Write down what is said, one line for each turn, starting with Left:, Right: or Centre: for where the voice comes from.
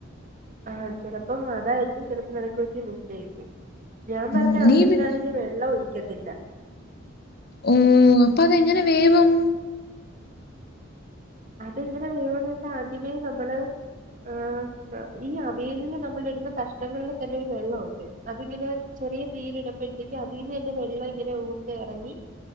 Right: ആഹ് ചിലപ്പം അതായിരിക്കും ചിലപ്പോ നിനക്ക് പറ്റിയ മിസ്റ്റേക്ക്. ഞാൻ
Left: ഉം
Right: പറഞ്ഞ
Left: നീ
Right: അവിയലിനാണെങ്കി
Left: പിന്നെ
Right: വെള്ളം ഒഴിക്ക ഇല്ല
Left: ഓ അപ്പൊ അതെങ്ങനെ വേവും
Right: അതങ്ങനെ വേവന്ന് വെച്ചാ ആദ്യമേ നമ്മള് ങാ ങ ഈ അവിയലിന് നമ്മള് ഇടുന്ന കഷ്ണങ്ങളില് തന്നൊരു വെള്ളൊണ്ട്, അതിങ്ങനെ ചെറിയ തീയിയിലിടുമ്പോഴത്തേക്ക് അതിന്നന്നെ വെള്ളം ഇങ്ങനെ ഊർന്നെറങ്ങി